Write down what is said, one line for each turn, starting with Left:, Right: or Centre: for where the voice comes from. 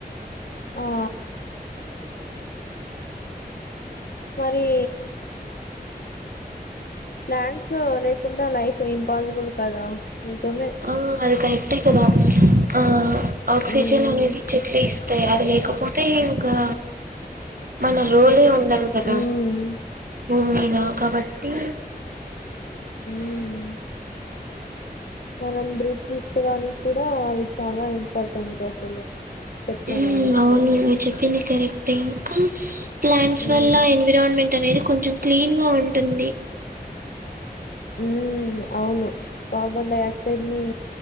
Left: ఆ మరీ ప్లాన్స్ లేకుండా లైఫ్ ఇంపాజిబుల్ కదా నిజమే
Right: ఆహ్ అది కరెక్టే కదా
Left: మ్మ్
Right: ఆ ఆక్సిజన్
Left: మ్మ్
Right: అనేది చెట్లే ఇస్ టె అది లేకపోతే ఇంకా మన రోలే ఉన్ డదు కదా
Left: మ్మ్
Right: బూమ్ మీద కాబట్టి
Left: ఉమ్ మనం బ్రీత్ తీసుకోడానిక్ కూడా అవి చాలా ఇంపార్టెంట్ అసలు చెట్లు
Right: ఉమ్
Left: అనేవి
Right: అవును నువ్ చెప్పింది కరెక్ట్ ఏ ఇంకా ప్లాంట్స్
Left: ఉమ్
Right: వల్ల ఎన్విరాన్మెంట్ అనేది కొంచెం క్లీన్గా ఉంటుంది
Left: ఉమ్ ఔను కార్ బన్ డయాక్సైడ్ ని